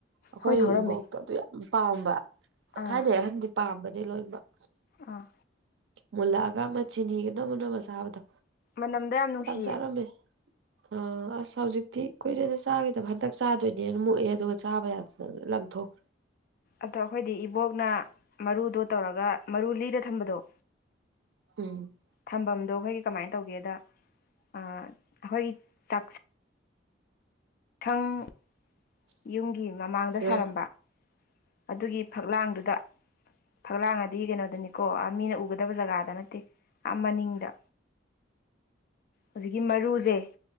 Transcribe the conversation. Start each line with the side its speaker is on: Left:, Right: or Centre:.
Right: ꯑꯈꯣꯏ
Left: ꯑꯩꯈꯣꯏꯗꯤ ꯍꯧꯔꯝꯃꯦ
Right: ꯏꯕꯣꯛꯇꯣ ꯑꯗꯨ ꯌꯥꯝ ꯄꯥꯝꯕ
Left: ꯑꯥ
Right: ꯊꯥꯏꯅꯩ ꯑꯍꯟꯗꯤ ꯄꯥꯝꯕꯅꯦ ꯂꯣꯏꯃꯛ
Left: ꯑꯥ
Right: ꯃꯨꯜꯂꯛꯑꯒ ꯑꯃ ꯆꯤꯅꯤꯒ ꯅꯝꯃ ꯅꯝꯃ ꯆꯥꯕꯗꯣ
Left: ꯃꯅꯝꯗꯣ ꯅꯨꯡꯁꯤꯌꯦ
Right: ꯌꯥꯝ ꯆꯥꯔꯝꯃꯦ ꯑ ꯑꯁ ꯍꯧꯖꯤꯛꯇꯤ ꯀꯨꯏꯔꯦꯗ ꯆꯥꯒꯤꯗꯕ ꯍꯟꯇꯛ ꯆꯥꯗꯣꯏꯅꯦꯅ ꯃꯨꯛꯑꯦ ꯑꯗꯨꯒ ꯆꯥꯕ ꯌꯥꯗꯅ ꯂꯣꯢ ꯂꯪꯊꯣꯛ
Left: ꯑꯗ ꯑꯩꯈꯣꯏꯗꯤ ꯏꯕꯣꯛꯅ ꯃꯔꯨꯗꯣ ꯇꯧꯔꯒ ꯃꯔꯨ ꯂꯤꯔ ꯊꯝꯕꯗꯣ
Right: ꯎꯝ
Left: ꯊꯝꯕꯝꯗꯣ ꯑꯩꯈꯣꯏꯒꯤ ꯀꯃꯥꯏ ꯇꯧꯒꯦꯗ ꯑꯥ ꯑꯩꯈꯣꯏꯒꯤ ꯆꯥꯛꯁ ꯊꯪ ꯌꯨꯝꯒꯤ ꯃꯃꯥꯡꯗ
Right: ꯎꯝ
Left: ꯁꯥꯔꯝꯕ ꯑꯗꯨꯒꯤ ꯐꯛꯂꯥꯡꯗꯨꯗ ꯐꯛꯂꯥꯡ ꯑꯗꯤ ꯀꯩꯅꯣꯗꯨꯅꯤꯀꯣ ꯑꯥ ꯃꯤꯅ ꯎꯒꯗꯕ ꯖꯒꯥꯗ ꯅꯠꯇꯦ ꯑꯥ ꯃꯅꯤꯡꯗ ꯍꯧꯖꯤꯛꯀꯤ ꯃꯔꯨꯖꯦ